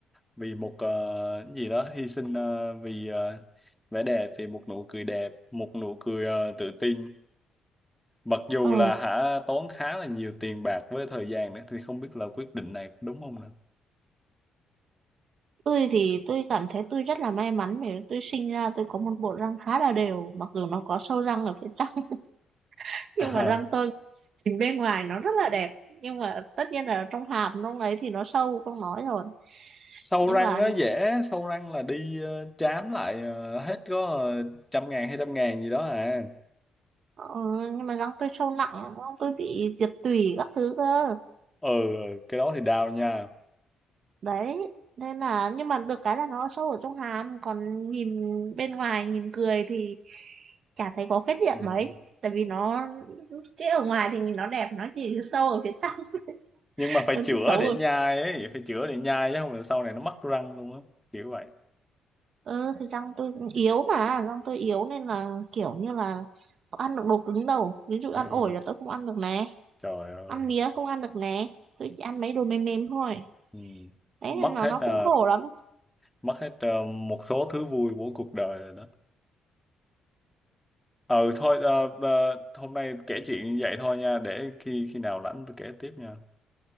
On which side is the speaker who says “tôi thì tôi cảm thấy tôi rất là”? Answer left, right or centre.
Right